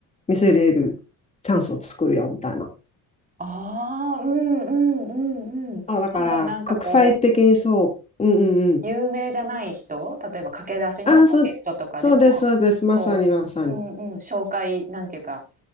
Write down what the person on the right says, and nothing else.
ああ、うんうんうんうんうんうんああまあ確かに <laughs> うんうんそっかえーうんうんうんうんうんへえああうんうんうんうんまだなんかこ
う、有名じゃない人、例えば駆け出しのアーティストとかでも、
こう、うんうん、紹介、なんていうか、